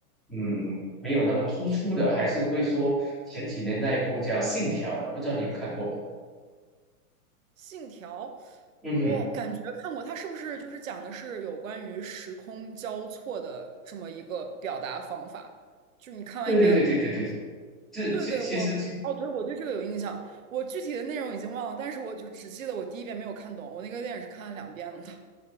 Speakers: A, in the centre; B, on the right.
A: 嗯，没有那么突出的，还是会说前几年那一部叫《信条》的，不知道你有看过吗？
B: 《信条》，
A: 嗯哼，
B: 我感觉看过，它是不是就是讲的是有关于时空交错的这么一个表达方法？就你看完一遍，
A: 对对对对对对对，这其其实其
B: 对对，我，哦，对，我对这个有印象，我具体的内容已经忘了，但是我就只记得我第一遍没有看懂，我那个电影是看了两遍了的。